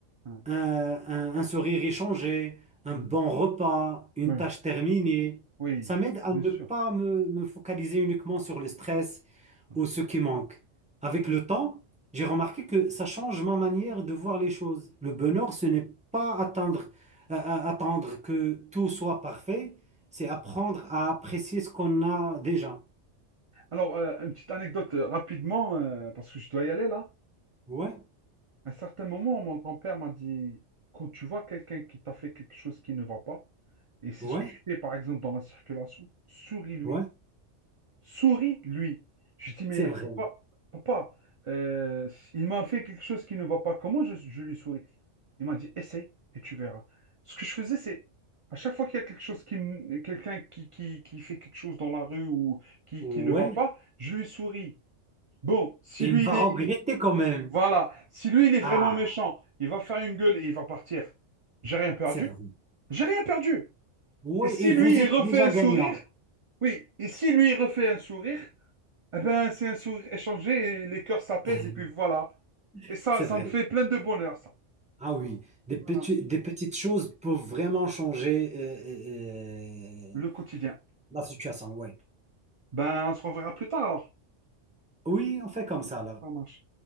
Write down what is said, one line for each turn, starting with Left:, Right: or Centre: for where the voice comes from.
Right: Ouais,
Centre: un, un- un sourire échangé, un
Right: ouais,
Centre: bon repas, une
Right: ouais,
Centre: tâche terminée,
Right: Oui,
Centre: ça m'aide à
Right: bien
Centre: ne
Right: sûr.
Centre: pas me, me focaliser uniquement sur le stress
Right: Ouais.
Centre: ou ce qui manque. Avec le temps, j'ai remarqué que ça change ma manière de voir les choses. Le bonheur, ce n'est pas attendre euh, euh, attendre que tout soit parfait c'est apprendre à apprécier ce qu'on a déjà.
Right: Alors, euh, une petite anecdote euh, rapidement, euh, parce que je dois y aller là.
Centre: Ouais,
Right: À un certain moment, mon grand-père m'a dit, quand tu vois quelqu'un qui t'a fait quelque chose qui ne va pas, et c'est
Centre: ouais,
Right: ce que je fais par exemple dans la circulation, souris-lui.
Centre: ouais,
Right: Souris, lui. Je dis, mais
Centre: c'est vrai.
Right: papa, papa, euh, il m'a fait quelque chose qui ne va pas. Comment je, je lui souris? Il m'a dit, essaye et tu verras. Ce que je faisais, c'est à chaque fois qu'il y a quelque chose qui, m- quelqu'un qui, qui, qui fait quelque chose dans la rue ou qui,
Centre: Ouais,
Right: qui ne va pas, je lui souris. Bon, si
Centre: et
Right: lui,
Centre: il va
Right: il est,
Centre: regretter
Right: il-
Centre: quand même.
Right: voilà, si lui, il est vraiment
Centre: Ah,
Right: méchant, il va faire une gueule et il va partir. J'ai rien perdu.
Centre: c'est vrai.
Right: J'ai rien perdu.
Centre: Ouais,
Right: Et si
Centre: et vous
Right: lui,
Centre: êtes
Right: il refait
Centre: déjà
Right: un
Centre: gagnant.
Right: sourire, oui, et si lui, il refait un sourire, eh ben, c'est un sourire échangé et les cœurs s'apaisent
Centre: <laughs>
Right: et puis voilà. Et ça,
Centre: C'est
Right: ça
Centre: vrai.
Right: me fait plein de bonheur, ça.
Centre: Ah oui, des petits-
Right: Voilà.
Centre: des petites choses peuvent vraiment changer euh,
Right: Le
Centre: euh, euh,
Right: quotidien.
Centre: la situation. Ouais.
Right: Ben, on se reverra plus tard alors.
Centre: Oui, on fait comme ça là.
Right: Ça marche.